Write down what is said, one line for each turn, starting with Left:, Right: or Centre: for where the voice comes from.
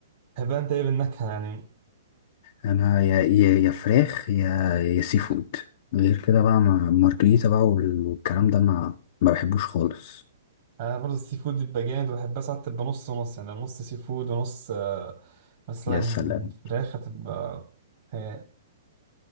Right: بتحبها انت ايه بالنكهه يعني
Left: أنا يا يا يا فراخ يا يا سي فود غير كده بقى ما- مارجريتا بقى وال- والكلام ده ما ما بحبوش خالص
Right: انا برضه السي فود بيبقى جامد وبحب اساعد تبقى نص ونص يعني نص سي فود ونص آه، مثلا
Left: يا سلام
Right: فراخ هتبقى خيال.